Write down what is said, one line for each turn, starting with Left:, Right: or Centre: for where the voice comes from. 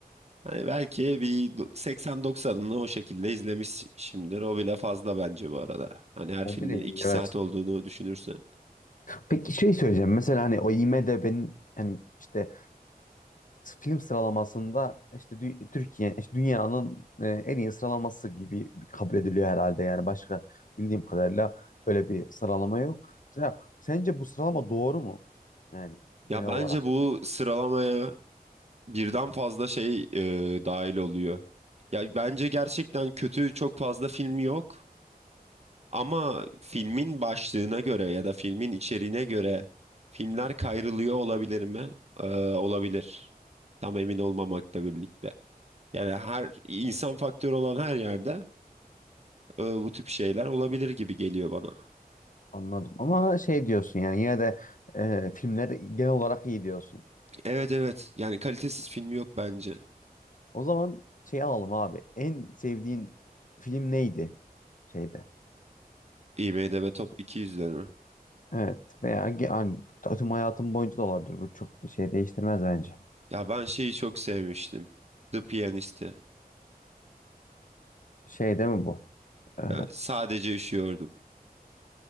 Right: Hani belki bir do- 80-90'ını o şekilde izlemişimdir. O bile fazla bence bu arada. Hani her
Left: O
Right: filmin
Left: bile
Right: 2
Left: iyi
Right: saat
Left: evet.
Right: olduğunu düşünürsen.
Left: Peki şey söyleyeceğim. Mesela hani o IMDb'nin hani işte film sıralamasında işte dü- Türkiye, işte dünyanın e, en iyi sıralaması gibi kabul ediliyor herhalde. Yani başka bildiğim kadarıyla böyle bir sıralama yok. Mesela sence bu sıralama doğru mu? Yani
Right: Ya
Left: genel
Right: bence
Left: olarak
Right: bu sıralamaya birden fazla şey e, dahil oluyor. Ya bence gerçekten kötü çok fazla film yok. Ama filmin başlığına göre ya da filmin içeriğine göre filmler kayrılıyor olabilir mi? Ee, olabilir. Tam emin olmamakla birlikte. Yani her insan faktörü olan her yerde e, bu tip şeyler olabilir gibi geliyor bana.
Left: anladım. Ama şey diyorsun yani yine de e, filmler genel olarak iyi diyorsun.
Right: Evet evet. Yani kalitesiz film yok bence.
Left: O zaman şey alalım abi. En sevdiğin film neydi şeyde?
Right: IMDb Top 200'de mi?
Left: Evet veya ge- yani, tüm hayatım boyunca da olabilir. Bu çok bir şey değiştirmez bence.
Right: Ya ben şeyi çok sevmiştim. The Pianist'i.
Left: Şey değil mi bu? Ee,
Right: E, Sadece üşüyordum.